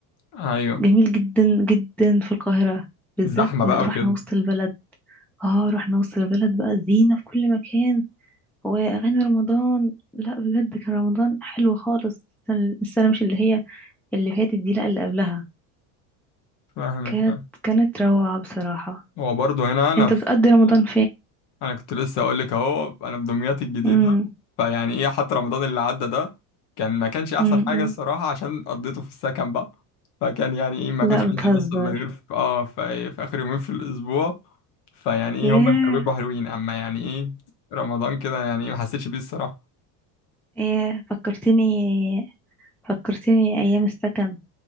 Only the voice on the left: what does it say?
ايوه
زحمة
بقى
وكده
فاهمك
بقى
هو برضه هنا انا
انا كنت لسه اقول لك اهو انا في دمياط الجديده
فيعني ايه حتى رمضان اللي عدى ده كان ما كانش احسن
حاجه الصراحه عشان قضيته في السكن بقى فكان يعني ايه ما
كنتش
بنزل مصر الا غير في اه في, في اخر يومين في الاسبوع فيعني
ايه هم اللي كانوا بيبقوا حلوين اما يعني ايه رمضان كده يعني ايه ما حسيتش بيه الصراحه